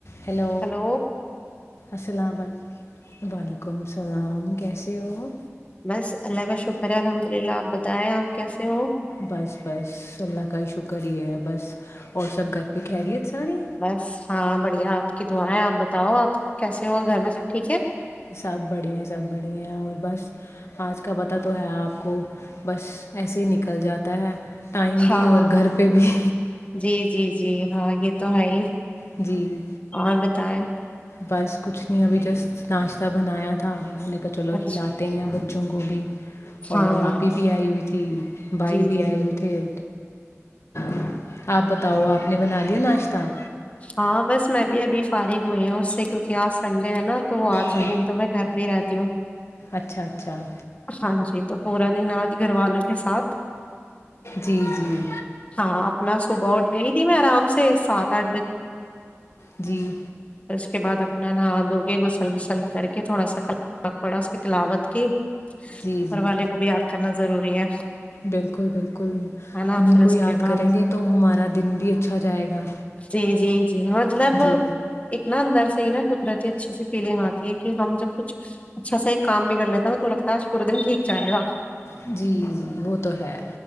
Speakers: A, on the left (about 65°); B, on the left (about 25°).
A: Hello
B: hello
A: السلام عل وعلیکم السلام کیسے ہو
B: بس اللہ کا شکرہ الحمد للہ بتائیں آپ کیسے ہو
A: بس بس اللہ کا ہی شکر ہی ہے بس اور سب گھر پہ خیریت سارے
B: بس ہاں بڑھیا آپ کی دعائیں آپ بتاؤ آپ کیسے ہو گھر میں سب ٹھیک ہے
A: سب بڑھیا سب بڑھ ہیں اور بس آج کا پتہ تو ہے آپ کو بس ایسے ہی نکل جاتا ہے ٹائم
B: ہاں
A: بھی اور گھر پہ بھی
B: جی جی جی ہاں یہ تو ہے ہی
A: جی
B: اور بتائائے
A: بس کچھ نہیں ابھی جسٹ ناشتہ بنایا تھا میں نے چلو
B: اچھا
A: کھیلاتے ہیں وہ <inaudible> اور
B: ہاں
A: آپی ہی بھی آئی ہوئی تھی بھائی
B: جی جی
A: بھی آئے
B: جی
A: ہوئے تھے <unintelligible> آپ بتاؤ آپ نے بنا لیا ناشتہ کتا
B: ہاں بس میں بھی ابھی فارغ ہوئی ہوں اس سے کیونکہ آج سنڈے ہے نا تو آج
A: ہاں
B: کے دن تو میں گھر پ ہی رہتا توں
A: اچھا اچھا
B: ہاں جی تو ہور دند گھر والوں کے ساتھ
A: جی جی
B: ہاں اپنا صبح اٹھ گئی تھی میں آرام سے سات اٹھ بجے
A: جی
B: پھر اس کے بعد اپنا نہا دھو کے غسل وسل کر کے تھوڑا ساک پڑا اس کی تلاوت کی
A: جی
B: اوپر
A: جی
B: والے کو بھی یاد کرنا ضروری ہے
A: بالکل بالکل
B: ہے نا
A: انہیں
B: پھر
A: کو
B: اس
A: یاد
B: کے بعد
A: کریں گے تو ہمارا دن بھی اچھا جائے گا
B: جی جی جی مطلب
A: جی
B: اتنا اندر نا قدرتی اچھی سی فیلنگ آتی ہے کہ ہم جب کچھ اچھا سا ایک کام بھی کر لیتا نا تو لگتا ہے پورا دن ٹھیک جائے گا
A: جی جی وہ تو ہے